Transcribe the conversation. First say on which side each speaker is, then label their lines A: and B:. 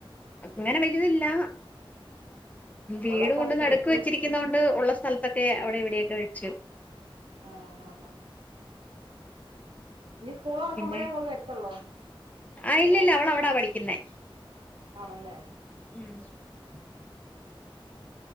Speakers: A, on the left; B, on the right.
A: അങ്ങനെ വല്തല്ല വീട്
B: ഉള്ള സ്ഥലത്ത്
A: കൊണ്ട് നട്ക്ക്
B: വെച്ച്
A: വെച്ചിരിക്കുന്നൊണ്ട് ഉള്ള സ്ഥലത്തൊക്കെ അവിടെ ഇവിടെയൊക്കെ വെച്ചു
B: ആ ആണല്ലേ ഇനി സ്കൂൾ തോറക്കുമ്പോഴേ
A: പിന്നെ
B: ഇങ്ങട്ട് വരത്തൊള്ളോ
A: ആ ഇല്ലല്ല അവള അവിടാ പഠിക്കുന്നെ
B: ആണല്ലേ
A: ഉം
B: <inaudible>